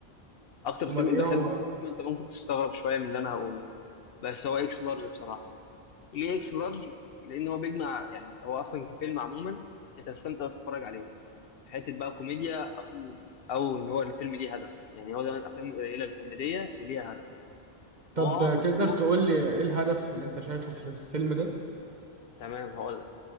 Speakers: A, on the left; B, on the right.
A: أكتر فيلم
B: امال ايه
A: بحبه
B: هو
A: لأحمد حلمي أنت ممكن تستغرب شوية من اللي أنا هقوله بس هو إكس لارج بصراحة ليه اكس لارج لان هو بيجمع يعني هو اصلا كفيلم عموما انت هتستمتع وأنت تتفرج عليه حته بقى كوميديا او او ان هو الفيلم ليه هدف يعني هو ده من الافلام القليله الكوميديه اللي ليها هدف
B: طب
A: هو اه
B: آه، تقدر
A: مسروق
B: تقول لي ايه الهدف اللي انت شايفه في الفيلم ده
A: تمام هقول لك